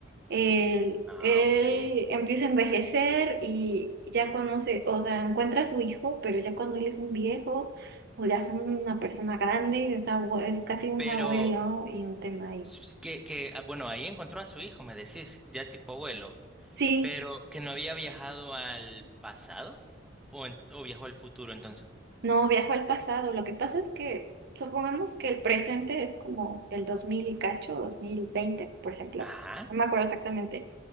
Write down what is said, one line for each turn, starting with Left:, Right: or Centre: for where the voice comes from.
Right: él,
Centre: Ah,
Right: él
Centre: ok.
Right: empieza a envejecer y ya conoce, o sea, encuentra a su hijo, pero ya cuando él es un viejo o ya es una persona grande, es, abue- es casi un
Centre: Pero
Right: abuelo y un tema ahí.
Centre: s- que, que, ah, bueno, ahí encontró a su hijo, me decís, ya tipo abuelo.
Right: Sí.
Centre: Pero que no había viajado al pasado o, en- o viajó al futuro entonces.
Right: No, viajo al pasado. Lo que pasa es que supongamos que el presente es como el 2000 y cacho, 2020 por ejemplo.
Centre: Ajá.
Right: No me acuerdo exactamente.